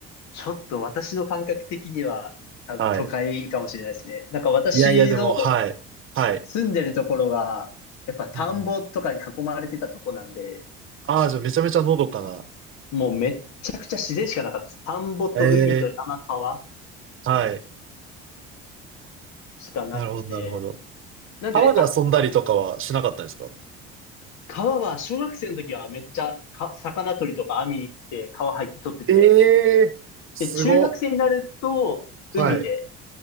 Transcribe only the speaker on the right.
はい。
いやいやでも、はい。はい。
うんうんああ、じゃあめちゃめちゃのどかな。
ええはい。
なるほど、なるほど。
川で遊んだりとかはしなかったですか
ええすご。
はい。